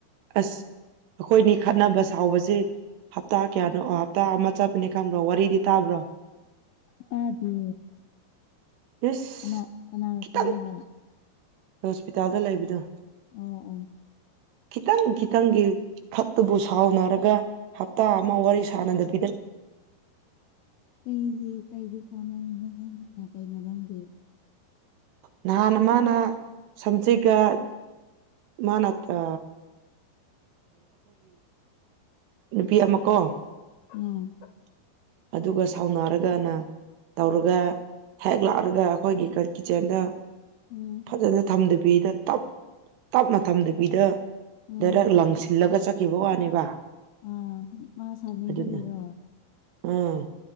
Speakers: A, on the right; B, on the left.
A: ꯑꯁ ꯑꯩꯈꯣꯏꯅꯤ ꯈꯠꯅꯕ ꯁꯥꯎꯕꯁꯦ ꯍꯞꯇꯥ ꯀꯌꯥꯅꯣ ꯑꯣ ꯍꯞꯇꯥ ꯑꯃ ꯆꯠꯄꯅꯤ ꯈꯪꯕ꯭ꯔꯣ ꯋꯥꯔꯤꯗꯤ ꯇꯥꯕ꯭ꯔꯣ
B: ꯇꯥꯗ
A: ꯏꯁ
B: ꯀꯅꯥ ꯀꯅꯥꯒ
A: ꯈꯤꯇꯪ
B: ꯀꯥꯟꯅꯕ
A: ꯍꯣꯁꯄꯤꯇꯥꯜꯗ ꯂꯩꯕꯗꯣ
B: ꯑꯣ ꯑꯣ
A: ꯈꯤꯇꯪ ꯈꯤꯇꯪꯒꯤ ꯈꯛꯇꯕꯨ ꯁꯥꯎꯅꯔꯒ ꯍꯞꯇꯥ ꯑꯃ ꯋꯥꯔꯤ ꯁꯥꯟꯅꯗ
B: ꯀꯁꯦ ꯀꯥꯏꯁꯦ ꯁꯥꯎꯅ ꯅꯅꯉꯅꯤꯡꯅ ꯀꯥꯏꯃꯔꯪꯗ
A: ꯅꯍꯥꯟꯅ ꯃꯥꯅ ꯁꯝꯖꯦꯛꯒ ꯃꯥꯅꯠꯇ ꯅꯨꯄꯤ ꯑꯃ ꯀꯣ
B: ꯎꯝ
A: ꯑꯗꯨꯒ ꯁꯥꯎꯅꯔꯒꯅ ꯇꯧꯔꯒ ꯍꯦꯛ ꯂꯥꯛꯑꯒ ꯑꯩꯈꯣꯏꯒꯤ ꯇꯦꯟꯗ
B: ꯎꯝ
A: ꯐꯖꯅ ꯊꯝꯗꯕꯤꯗ ꯇꯞ ꯇꯞ ꯃꯇꯝꯗꯕꯤꯗ
B: ꯎꯝ
A: ꯗꯥꯏꯔꯦꯛ ꯂꯪꯁꯤꯜꯂꯒ ꯆꯠꯈꯤꯕ ꯋꯥꯅꯦꯕ
B: ꯑꯥ ꯃꯥ ꯁꯥꯎꯅꯤꯡꯕꯒꯤꯔꯣ
A: ꯑꯗꯨꯅ ꯎꯝ